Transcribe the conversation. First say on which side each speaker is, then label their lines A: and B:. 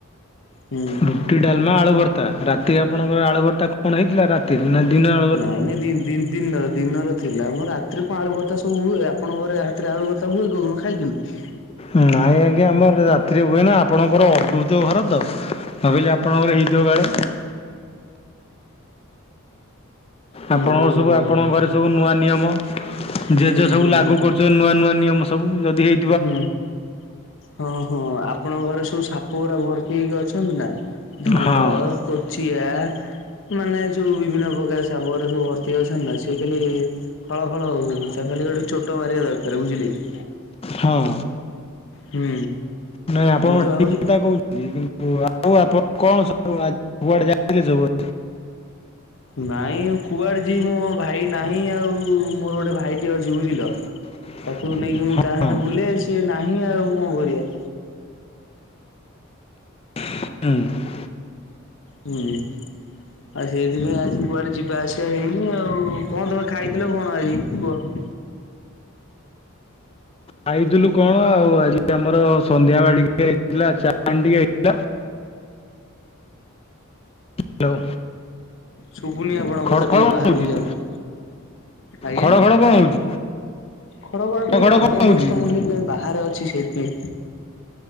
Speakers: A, on the left (about 60°); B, on the left (about 25°).
A: ହୁଁ
B: ରୁ ଟି ଡାଲମା ଆଳୁ ଭର୍ତ୍ତା ରାତିରେ ଆପଣଙ୍କର ଆଳୁ ଭର୍ତ୍ତା କଣ ହେଇଥିଲା ରା ନା ଦିନର
A: ନାଇଁ ନାଇଁ ଦିନ ଦିନ ଦିନର ଦିନର ଥିଲା ମ ରାତିରେ କଣ ଆଳୁଭର୍ତ୍ତା ସବୁ ହୁଏ ଆପଣ ଘରେ ରାତିରେ ଆଳୁଭର୍ତ୍ତା ହୁଏ କଉ ଦିନ ଖାଇଚନ୍ତି?
B: ନାଇଁ ଆଜ୍ଞା ଆମର ରାତିରେ ହୁଏନା ଆପଣଙ୍କର ଅଦଭୁତ ଘର ତ। ଭାବିଲି ଆପଣଙ୍କର ହେଇଥିବ କାଳେ।
A: ହୁଁ
B: ଆପଣଙ୍କ
A: ଓହୋ
B: ସବୁ
A: ହୋ
B: ଆପଣଙ୍କ
A: ହୋ ହୁଁ
B: ଘରେ ସବୁ ନୂଆ ନିୟମ ଜେଜେ
A: ହୁଁ
B: ସବୁ
A: ହୁଁ।
B: ଲାଗୁ କରୁ <unintelligible> ନୂଆ ନୂଆ ନିୟମ ସବୁ ଯଦି ହେଇ
A: ହୁଁ ହଁ ହଁ ଆପଣଙ୍କ ଘରେ ସବୁ ସାପ ପୁରା ଭର୍ତି ହେଇକି ଅଛନ୍ତି ନା ଧଣ୍ଡ,
B: ହଁ
A: କୋଚିଆ ମାନେ ଜୋଉ ବିଭିନ୍ନ ପ୍ରକାର ସାପ ଘରା ସବୁ ଭର୍ତ୍ତି ଅଛନ୍ତି ନା ସେଏ ଖାଲି ହଳ ହଳ ହଉଛନ୍ତି ତାଙ୍କୁ ଖାଲି ଗୋଟେ ଚୋଟ ମାରିବା ଦରକାର ବୁଝିଲେ କି।
B: ହଁ।
A: ହୁଁ।
B: ନାଇଁ ଆପଣ
A: ମୁଁ ତ
B: ଠିକ
A: ଭାବୁଛି
B: କଥା କହୁଛନ୍ତି କିନ୍ତୁ ଆଉ ଆପଣ କଣ ସବୁ କୁଆଡେ ଯାଇଥିଲେ ସବୁଆ
A: ନାଇଁ କୁଆଡେ ଯିବି ମୋ ଭାଇ ନାହିଁ ଆଉ ମୋର ଗୋଟେ ଭାଇଟିଏେ ଅଛି ବୁଝିଲ।
B: <inaudible>
A: ପାଖକୁ ନେଇକି ମୁଁ ତା ସାଙ୍ଗରେ
B: ହଁ
A: ବୁଲେ ସିଏ ନାହିଁ ଆଉ କଣ କରିବା।
B: ହୁଁ।
A: ହୁଁ। ଆଉ ସେଇଥିପାଇଁ ଆଜି କୁଆଡ଼େ ଯିବା ଆସିବା ହେଇନି ଆଉ କଣ ତମେ ଖାଇଥିଲ କଣ ଆଜି କୁହ।
B: ଖାଇଥିଲୁ କଣ ଆଉ ଆଜି ଆମର ସନ୍ଧ୍ୟାବେଳେ ଟିକେ ହେଇଥିଲା ଚାଓମିନ ଟିକେ! ହେଇଥିଲା ହ୍ୟାଲୋ
A: ଶୁଭୁନି ଆପଣଙ୍କ
B: ଖଡ଼
A: କଥା
B: ଖଡ଼ କଣ
A: ଟିକେ ବାହାରକୁ
B: ହଉଛି
A: ଯାଆନ୍ତୁ! ଆଜ୍ଞା
B: ଖଡ଼ ଖଡ଼ କଣ ହଉଛି
A: ଖରା ବେଳେ ଟିକେ
B: ଖଡ଼ ଖଡ଼
A: ପବନହଉଚି
B: କଣ ହଉଛି
A: ତ ମୁଁ ଟିକେ ଯାଇ ବାହ ବାହାରେ ଅଛି ସେଇଥିପାଇଁ!